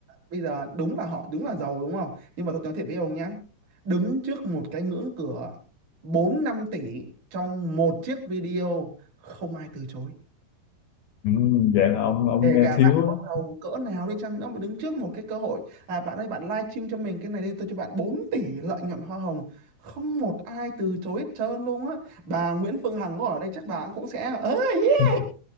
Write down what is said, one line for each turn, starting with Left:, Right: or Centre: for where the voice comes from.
Right: bây giờ đúng là họ đúng là giàu đúng không nhưng mà tôi nói thiệt với ông nhá đứng trước một cái ngưỡng cửa 4 5 tỷ trong một chiếc video không ai từ chối
Left: Ừ. vậy là ông ông
Right: Kể
Left: nghe
Right: cả
Left: thiếu
Right: bạn có giàu cỡ nào đi chăng nữa mà đứng trước một cái cơ hội à bạn ơi bạn live stream cho mình cái này đi tôi cho bạn 4 tỷ lợi nhuận hoa hồng không một ai từ chối hết trơn luôn á bà Nguyễn Phương Hằng có ở đây chắc bà cũng sẽ ơ yeah.
Left: <laughs>